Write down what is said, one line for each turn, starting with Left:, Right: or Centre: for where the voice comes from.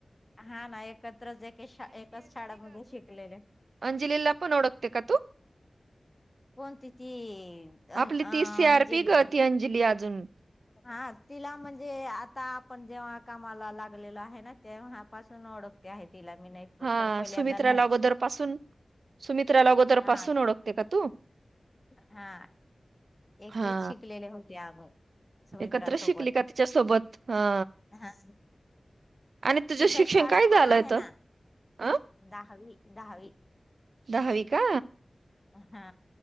Left: हा ना एकत्रच एक एकच शाळामध्ये शिकलेले.
Right: अंजिलीलप नोडकतेे का तू
Left: कोणती ती अं
Right: आपली
Left: अं,
Right: ती सी आर
Left: अंजली
Right: पी गती अंजली अजून
Left: हा तिला म्हणजे आता आपण जेव्हा कामाला लागलेलो आहे ना तेव्हापासून ओळखतो. आहे तिला मी नाही. प-
Right: हा
Left: तर पहिल्यांदा
Right: सुमित्राला
Left: नाही
Right: अगोदर पासून सुमित्राला अगोदर
Left: हा
Right: पासून ओळखते का तू
Left: हा एकटे
Right: हा
Left: कलेले होते आगू. सुमित्रासोबत
Right: एकत्र शिकली का तिच्यासोबत हा
Left: ह.
Right: आणि तुझं
Left: तिथं
Right: शिक्षण
Left: शाळा
Right: काय
Left: पण
Right: झालंय
Left: आहे
Right: तर
Left: ना
Right: अं?
Left: दहावी दहावी.
Right: दहावी का
Left: हा